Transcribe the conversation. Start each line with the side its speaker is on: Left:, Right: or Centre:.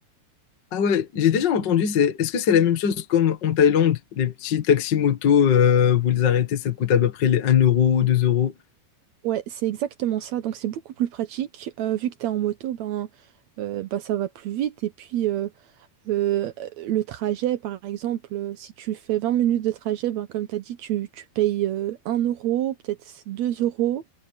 Left: Ah ouais, j'ai déjà entendu, c'est, est-ce que c'est la même chose comme en Thaïlande? Les petits taxis motos, euh, vous les arrêtez, ça coûte à peu près les 1 euro, 2 euros.
Right: Ouais, c'est exactement ça, donc c'est beaucoup plus pratique. Euh, vu que tu es en moto, ben, euh, bah, ça va plus vite. Et puis, euh, Euh, le trajet, par exemple, euh, si tu fais 20 minutes de trajet, ben, comme tu as dit, tu, tu payes euh, 1 euro, peut-être 2 euros.